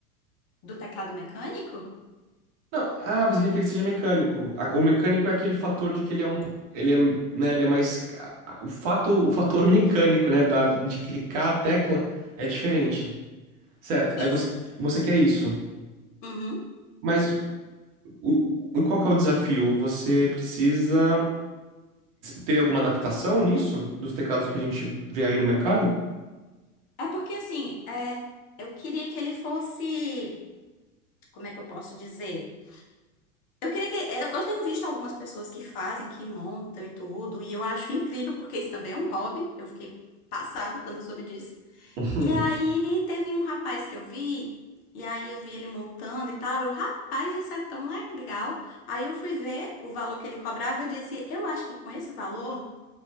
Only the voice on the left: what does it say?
do teclado mecânico?
Isso.
Uhum.
É porque, assim, é, eu queria que ele fosse, como é que eu posso dizer? Eu queria que. Eu eu tenho visto algumas pessoas que fazem, que montam e tudo, e eu acho incrível, porque isso também é um hobby. Eu fiquei passada quando eu soube disso.
E aí teve um rapaz que eu vi, e aí eu vi ele montando e tal. Eu, rapaz, isso é tão legal. Aí eu fui ver o valor que ele cobrava, eu disse, eu acho que com esse valor